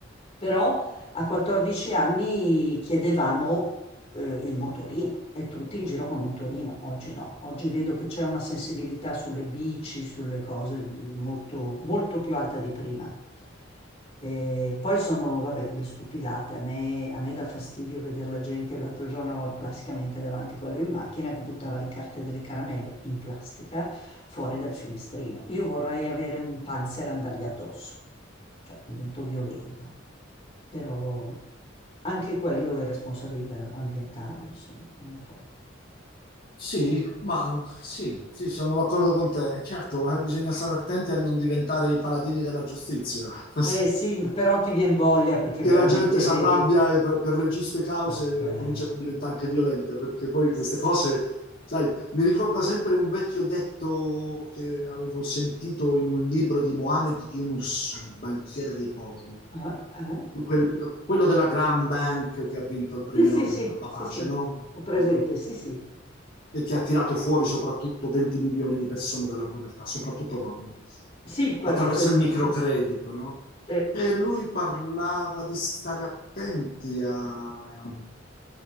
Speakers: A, on the left (about 30°); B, on the left (about 50°).
A: Però a 14 anni chiedevamo eh, il motorino e tutti in giro col motorino. Oggi no, oggi vedo che c'è una sensibilità sulle bici, sulle cose molto, molto più alta di prima. E poi sono, vabbè, le stupidate. A me, a me dà fastidio vedere la gente. L'altro giorno avevo classicamente davanti quello in macchina che buttava le carte delle caramelle in plastica fuori dal finestrino. Io vorrei avere un panzer e andargli addosso, cioè divento violenta però anche quello è responsabilità ambientale, insomma, non lo so.
B: Sì, ma sì, sì, sono d'accordo con te. E Certo, eh, bisogna stare attenti a non diventare i paladini della giustizia, <laughs>
A: Eh sì, però ti viene voglia perché
B: che
A: veramente
B: la gente si
A: vedi,
B: arrabbia e per, per le giuste cause
A: vabbè,
B: eh, comincia a diventare anche violenta, perché poi
A: s-
B: queste cose, sai, mi ricorda sempre un vecchio detto che avevo sentito in un libro di Mohamed Yunus, il banchiere dei poveri,
A: ah, eh?
B: di Quel- quello della Grand Bank che ha vinto il premio
A: Sì, sì,
B: Nobel
A: sì,
B: per la
A: sì,
B: pace,
A: sì,
B: no?
A: ho presente,
B: Ah,
A: sì, sì.
B: e che ha tirato fuori soprattutto 20 milioni di persone dalla povertà, soprattutto donne,
A: Sì, quello
B: attraverso
A: te-
B: il microcredito, no?
A: te-
B: E lui parlava di stare attenti a-